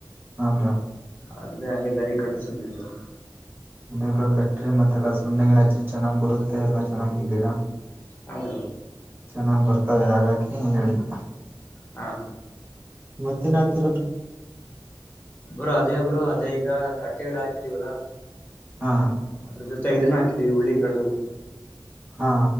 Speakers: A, on the right; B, on the left.
A: ಹ ಬ್ರೊ.
B: ಅಲ್ಲೆ ಹಂಗೆ ಗರಿ ಕಟ್ಟಸುದ್ವಿಬ್ರೊ.
A: ಇನ್ನೇನ್ ಬ್ರೊ ಕಟ್ರಿ ಮತ್ತಿ ಸುಣ್ಣಗಿಣ್ಣ ಎಲ್ಲ ಹಚ್ರಿ. ಚೆನ್ನಾಗಿ ಬರುತ್ತೆ ಎಲ್ಲ ಚೆನ್ನಾಗಿ ಗಿಡ.
B: ಹ ಬ್ರೋ
A: ಚೆನ್ನಾಗಿ ಬರ್ತವೆ ಹಾಗಾಗಿ ಹೇಳಿದ್ದ.
B: ಹಾ
A: ಮತ್ತೇನ್ ಆಕ್ತೀರಬ್ರೊ
B: ಬ್ರೋ ಅದೇ ಬ್ರೋ ಅದೇ ಈಗ ಅಡಕೆ ಗಿಡ ಹಾಕಿದೀವಲ್ಲಾ
A: ಹಾ
B: ಅದ್ರ ಜೊತೆ ಇದುನು ಹಾಕಿದೀವಿ ಹುಳ್ಳಿಕಾಳು
A: ಹಾ